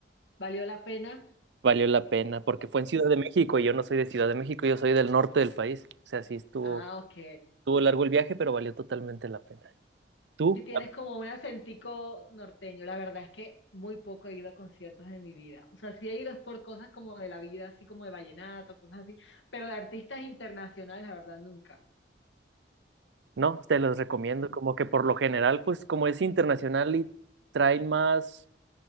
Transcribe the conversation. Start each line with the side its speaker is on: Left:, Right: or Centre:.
Left: ¿Valió la pena?
Right: Valió la pena porque fue en Ciudad de México y yo no soy de Ciudad de México, yo soy del norte del país. O sea, sí estuvo,
Left: Ah, ok.
Right: estuvo largo el viaje, pero valió totalmente la pena. ¿Tú?
Left: Si tienes como un acentico norteño, la verdad es que muy poco he ido a conciertos en mi vida. O sea, sí he ido es por cosas como de la vida, así como de vallenato, cosas así, pero de artistas internacionales, la verdad, nunca.
Right: No, te los recomiendo. Como que por lo general, pues como es internacional y traen más,